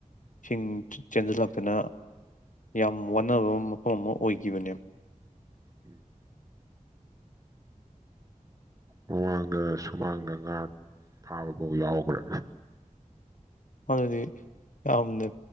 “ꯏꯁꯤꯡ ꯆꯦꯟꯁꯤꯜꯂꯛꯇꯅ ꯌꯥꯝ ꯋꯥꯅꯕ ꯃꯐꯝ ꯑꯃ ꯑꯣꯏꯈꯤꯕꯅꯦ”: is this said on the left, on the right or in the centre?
Left